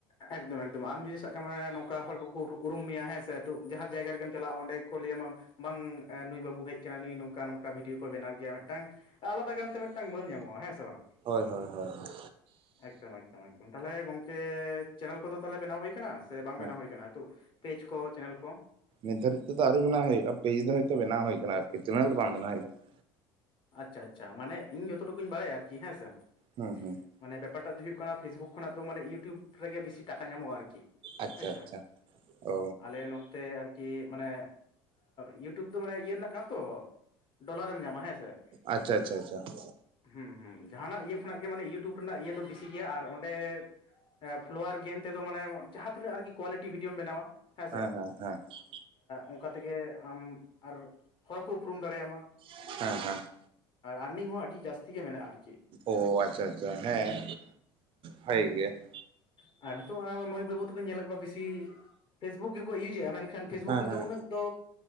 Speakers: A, on the left; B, on the right.
A: ᱮᱠᱫᱚᱢ ᱮᱠᱫᱚᱢ, ᱟᱢ ᱡᱩᱫᱤ, ᱥᱟᱵ ᱠᱟᱜ ᱢᱟᱭ, ᱱᱚᱝᱠᱟ ᱦᱚᱲ ᱠᱚᱠᱚ, ᱩᱨᱩᱢ ᱢᱮᱭᱟ, ᱦᱮᱸᱥᱮ, ᱡᱟᱦᱟᱸ ᱡᱟᱭᱜᱟ ᱨᱮᱜᱮᱢ ᱪᱟᱞᱟᱜᱼᱟ, ᱚᱸᱰᱮ ᱜᱮᱠᱚ, ᱞᱟᱹᱭ ᱟᱢᱟ ᱾ ᱵᱟᱝ, ᱮᱸ ᱱᱩᱭ ᱵᱟᱹᱵᱩ ᱦᱮᱡ ᱟᱠᱟᱱᱟ, ᱱᱩᱭ ᱱᱚᱝᱠᱟ ᱱᱚᱝᱠᱟ, ᱵᱷᱤᱰᱭᱳ ᱠᱚ, ᱵᱮᱱᱟᱣ ᱜᱮᱭᱟ, ᱢᱤᱫᱴᱟᱝ, ᱟᱞᱟᱫᱟ ᱜᱟᱱ ᱛᱮ, ᱢᱤᱫᱴᱟᱝ ᱢᱟᱹᱱ ᱧᱟᱢᱚᱜᱼᱟ, ᱦᱮᱸ ᱥᱮ ᱵᱟᱝ?
B: ᱦᱳᱭ ᱦᱳᱭ ᱦᱳᱭ ᱦᱳᱭ᱾
A: ᱮᱠᱫᱚᱢ ᱮᱠᱫᱚᱢ ᱮᱠᱫᱚᱢ, ᱛᱟᱦᱚᱞᱮ, ᱜᱚᱝᱠᱮ, ᱪᱮᱱᱮᱞ ᱠᱚᱫᱚ, ᱛᱟᱦᱚᱞᱮ ᱵᱮᱱᱟᱣ ᱦᱩᱭ ᱟᱠᱟᱱᱟ, ᱥᱮ ᱵᱟᱝ
B: ᱦᱮᱸ
A: ᱵᱮᱱᱟᱣ ᱦᱩᱭ ᱟᱠᱟᱱᱟ ᱾ ᱱᱤᱛᱚᱜ ᱯᱮᱡᱽ ᱠᱚ, ᱪᱮᱱᱮᱞ ᱠᱚ?
B: ᱱᱤᱛᱫᱷᱟᱨᱤᱡ ᱛᱮ ᱫᱚ, ᱟᱨᱤ ᱵᱮᱱᱟᱣ ᱦᱩᱭᱩᱜᱼᱟ, ᱯᱮᱡᱽ ᱫᱚ ᱾ ᱦᱚᱭ ᱛᱳ, ᱵᱮᱱᱟᱣ ᱦᱩᱭ ᱟᱠᱟᱱᱟ, ᱟᱨᱠᱤ ᱪᱮᱱᱮᱞ ᱫᱚ, ᱵᱟᱝ ᱵᱮᱱᱟᱣ ᱦᱩᱭ ᱟᱠᱟᱱᱟ ᱾
A: ᱟᱪᱪᱷᱟ ᱟᱪᱪᱷᱟ, ᱢᱟᱱᱮ, ᱤᱧ ᱡᱚᱛᱚ ᱴᱩᱠᱩᱧ ᱵᱟᱲᱟᱭᱟ, ᱟᱨᱠᱤ ᱦᱮᱸ ᱥᱮ ᱾
B: ᱦᱳᱸ ᱦᱳᱸ ᱾
A: ᱢᱟᱱᱮ, ᱵᱮᱯᱟᱨᱴᱟᱜ ᱫᱚ, ᱦᱩᱭᱩᱜ ᱠᱟᱱᱟ, ᱯᱷᱮᱥᱵᱩᱠ ᱠᱷᱱᱟᱜ ᱫᱚ, ᱢᱟᱱᱮ, ᱩᱴᱩᱵᱽ ᱨᱮᱜᱮ, ᱵᱮᱥᱤ ᱴᱟᱠᱟ ᱧᱟᱢᱚᱜᱼᱟ, ᱟᱨᱠᱤ ᱾
B: ᱟᱪᱪᱷᱟ
A: ᱦᱮᱸ ᱥᱮ,
B: ᱟᱪᱪᱷᱟ ᱚ
A: ᱟᱞᱮ ᱚᱱᱛᱮ ᱟᱨᱠ, ᱠᱤ ᱢᱟᱱᱮ, ᱤᱭᱩᱴᱩᱵᱽ ᱫᱚ, ᱢᱟᱱᱮ ᱤᱭᱟᱹ ᱨᱮᱱᱟᱜ ᱠᱟᱱᱟ ᱛᱚ, ᱰᱚᱞᱟᱨᱮᱢ ᱧᱟᱢᱟ, ᱦᱮᱸ ᱥᱮ‌ ᱾
B: ᱟᱪᱪᱷᱟ, ᱪᱪᱷᱟ ᱟᱪᱪᱷᱟ ᱾
A: ᱦᱮᱸᱻ ᱦᱩᱸ, ᱡᱟᱦᱟᱸᱱᱟᱜ, ᱤᱭᱟᱹ ᱠᱷᱚᱱᱟᱜ ᱜᱮ, ᱢᱟᱱᱮ ᱤᱭᱩᱴᱩᱵᱽ ᱨᱮᱱᱟᱜ, ᱤᱭᱟᱹ ᱫᱚ, ᱵᱮᱥᱤ ᱜᱮᱭᱟ, ᱟᱨ ᱚᱸᱰᱮ‌, ᱮ ᱯᱷᱞᱳᱣᱟᱨ ᱜᱮᱱ ᱛᱮᱫᱚ, ᱢᱟᱱᱮ ᱡᱟᱦᱟᱸ ᱛᱤᱱᱟᱹᱜ, ᱟᱨᱠᱤ ᱠᱳᱣᱟᱞᱤᱴᱤ, ᱵᱷᱤᱰᱭᱳᱢ ᱵᱮᱱᱟᱣᱟ, ᱦᱮᱸᱥᱮ
B: ᱦᱮᱸᱻ ᱦᱮᱸᱻ ᱦᱮᱸ ᱾
A: ᱚᱱᱠᱟ ᱛᱮᱜᱮ, ᱟᱢ ᱟᱨ ᱦᱚᱲ ᱠᱚ, ᱩᱯᱨᱩᱢ ᱫᱟᱲᱮ ᱭᱟᱢᱟ ᱾
B: <unintelligible> ᱦᱮᱸᱻ ᱦᱮᱸ ᱾
A: ᱟᱨᱱᱤᱝ ᱦᱚᱸ ᱟᱹᱰᱤ ᱡᱟᱹᱥᱛᱤ ᱜᱮ, ᱢᱮᱱᱟᱜᱼᱟ ᱟᱨᱠᱤ ᱾
B: ᱚ ᱟᱪᱪᱷᱟ, ᱟᱪᱪᱷᱟ, ᱾ ᱦᱮᱸ, ᱵᱷᱟᱜᱮ ᱜᱮᱭᱟ ᱾
A: ᱟᱨ ᱱᱤᱛᱚᱜ, ᱢᱟᱹᱭ ᱵᱟᱹᱵᱩ, ᱛᱟᱠᱚᱧ ᱧᱮᱞᱮᱫ ᱠᱚᱣᱟ ᱾ ᱵᱮᱥᱤ ᱯᱷᱮᱥᱵᱩᱠ ᱜᱮᱠᱚ, ᱤᱭᱩᱡ ᱮᱫᱼᱟ, ᱢᱮᱱᱠᱷᱟᱱ, ᱯᱷᱮᱥᱵᱩᱠ
B: ᱦᱮᱸ
A: ᱨᱮᱫᱚ,
B: ᱦᱮᱸ
A: ᱩᱱᱟᱹᱜ ᱫᱚ,